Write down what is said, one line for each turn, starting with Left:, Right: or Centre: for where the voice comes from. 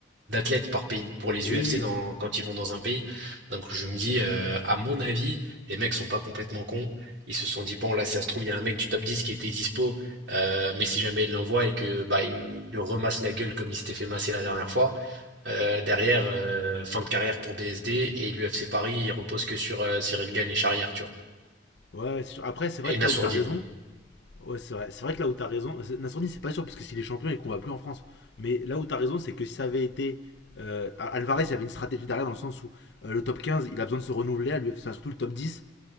Right: d'athlètes par pays, pour les
Left: Oui,
Right: UFC
Left: oui.
Right: dans, quand ils vont dans un pays. Donc, je me dis, euh, à mon avis, les mecs sont pas complètement cons. Ils se sont dit, bon, là, ça se trouve, il y a un mec du top 10 qui était dispo, euh, mais si jamais il l'envoie et que, bah, il il le remasse la gueule comme il s'était fait masser la dernière fois, euh, derrière, euh, fin de carrière pour BSD et l'UFC Paris, il repose que sur euh, Cyril Gane et Charrière, tu vois.
Left: Ouais, ouais, c'est sûr. Après, c'est
Right: Et
Left: vrai
Right: Nassourdine.
Left: que là où t'as raison. Ouais, c'est vrai. c'est vrai que là où t'as raison. c'est- Nassourdine, c'est pas sûr, parce que s'il est champion, il combat plus en France. Mais là où t'as raison, c'est que si ça avait été. euh, Alvarez, il y avait une stratégie derrière dans le sens où euh, le top 15, il a besoin de se renouveler, à lui, enfin, surtout le top 10.